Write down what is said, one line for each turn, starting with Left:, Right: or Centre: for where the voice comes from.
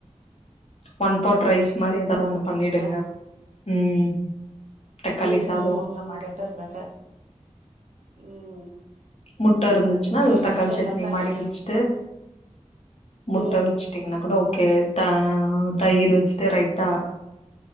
Left: ஒன்பாட் ரைஸ் மாரி எதாவது ஒண்ணு
Right: அப்படிங்களா
Left: பண்ணிடுங்க ம் தக்காளி
Right: ம்
Left: சாதோ
Right: ம்
Left: அந்த
Right: ம்
Left: மாரி
Right: பெட்டர் பெட்டர் ம்
Left: முட்ட இர்ந்துச்சுனா அது ஒ
Right: கஷ்டம்
Left: தக்காள் சட்னி
Right: இல்ல கஷ்
Left: மாரி வெச்ட்டு முட்
Right: ம்
Left: அவிச்டீங்ன்னா கூட ஓகே தா தயிறு ஃபஸ்ட்டு ரைத்தா